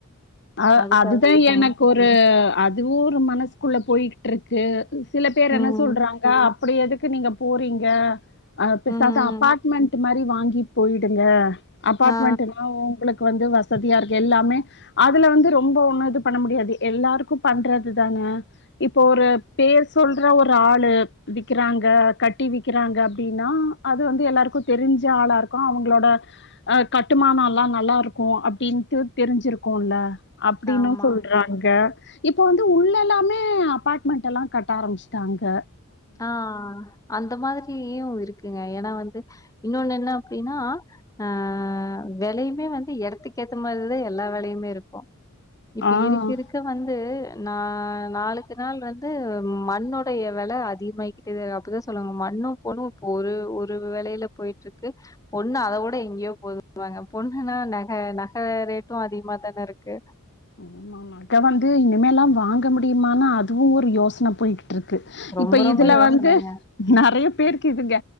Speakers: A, on the left; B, on the left.
A: அ
B: அது
A: அதுதான்
B: கரெக்ட்டு தாங்க.
A: எனக்கு ஒரு ரு அதுவும் ஒரு மனசுக்குள்ள போயிகிட்டுருக்கு சில பேர் என்ன
B: ம்.
A: சொல்றாங் ஆ அப்டி எதுக்கு நீங்க போட்ரிங்க ஆ பேசாது
B: ம்.
A: அபார்ட்மெண்ட் மாரி வாங்கி போயிடுங்க அபார்ட்மெண்ட்னா
B: ஆ.
A: ஒங்களுக்கு வந்து வசதியாருக்கு எல்லாமே அதுல வந்து ரொம்ப ஒன்னு இது பண்ண முடியாது எல்லாருக்கு பண்றது தான இப்போ ஒரு பேர் சொல்ற ஒரு ஆளு விக்கிறாங்க கட்டி விக்கிறாங்க அப்டின்னா அது வந்து எல்லாருக்கு தெரிஞ்ச ஆளாருக்கு அவுங்களோட அ கட்டுமான எல்லா நல்லாருக்கு அப்டின்ட்டு தெரிஞ்சிருக்குல அப்டினு
B: ஆமா.
A: சொல்றாங் ங்க இப்ப வந்து உள்ளல்லாமே அபாட்மெண்ட்டெல்லா கட்ட ஆரம்பிச்சட்டாங்க
B: ஆ அந்த மாரியு இருக்குங்க ஏனா வந்து இன்னொன்னு என்ன அப்டினா ஆ வெலையுமே வந்து எடத்துக்கு ஏத்த மாதிரிதா எல்லா வெலையுமே இருக்கோ இப்டி
A: ஆஹ்
B: இருக்க இருக்க வந்து நா நாளுக்கு நாள் வந்து மண்ணுடைய வெல அதிகமாகிக்கிட்டே அப்பதா சொல்லுாங்க மண்ணு பொண்ணு இப்ப ஒரு ஒரு வெலையில போயிட்டுருக்கு பொண்ணு அத விட எங்கயோ போதுனுவாங்க பொண்ணுன்னா நக நக ரேட்டும் அதிகமா தான இருக்கு
A: ம் நக வந்து இனிமேலா வாங்க முடியுமா அதுவு ஒரு யோசன போய் ட்டுருக்கு
B: ரொம்ப
A: இப்ப இதுல
B: ரொம்ப யோசனைங்க.
A: வந்து நறையா பேருக்கு இதுங்க